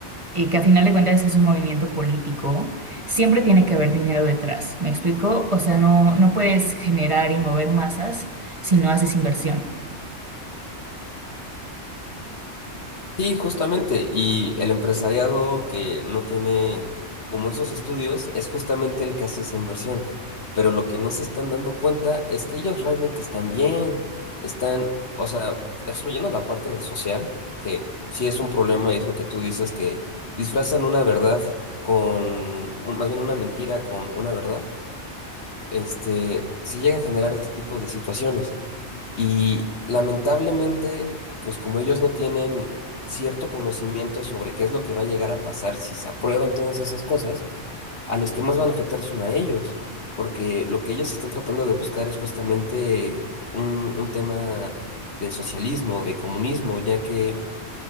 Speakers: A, on the right; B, on the left.
A: y que a final de cuentas es un movimiento político, siempre tiene que haber dinero detrás, ¿me explico? O sea, no, no puedes generar y mover masas si no haces inversión.
B: Sí, justamente. Y el empresariado que no tiene como esos estudios es justamente el que hace esa inversión. Pero lo que no se están dando cuenta es que ellos realmente están bien. Están, o sea, excluyendo la parte de social, que sí es un problema y es lo que tú dices, que disfrazan una verdad con, un- más bien una mentira con una verdad este, se llega a generar este tipo de situaciones. Y lamentablemente, pues como ellos no tienen cierto conocimiento sobre qué es lo que va a llegar a pasar si se aprueban todas esas cosas, a los que más van a afectar son a ellos, porque lo que ellos están tratando de buscar es justamente un, un tema de socialismo, de comunismo, ya que